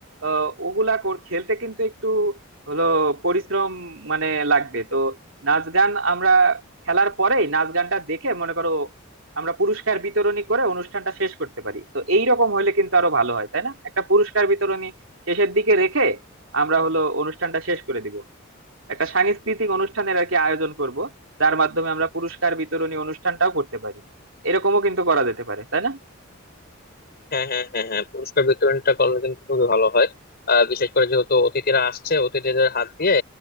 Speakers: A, on the right (about 65°); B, on the left (about 50°).
A: আহ, ওগুলা কর- খেলতে কিন্তু একটু হলো পরিশ্রম মানে লাগবে তো নাচ গান আমরা খেলার পরেই নাচ গানটা দেখে মনে করো আমরা পুরস্কার বিতরণী করে অনুষ্ঠানটা শেষ করতে পারি তো এই রকম হলে কিন্তু আরো ভালো হয় তাই না একটা পুরস্কার বিতরণী শেষের দিকে রেখে আমরা হলো অনুষ্ঠানটা শেষ করে দিব একটা সাংস্কৃতিক অনুষ্ঠানের আর কি আয়োজন করব যার মাধ্যমে আমরা পুরস্কার বিতরণী অনুষ্ঠানটাও করতে পারি এরকমও কিন্তু করা যেতে পারে তাই না
B: হ্যাঁ হ্যাঁ হ্যাঁ হ্যাঁ পুরস্কার বিতরণটা করলে কিন্তু খুবই ভালো হয় আহ, বিশেষ করে যেহেতু অতিথিরা আসছে অতিথিদের হাত দিয়ে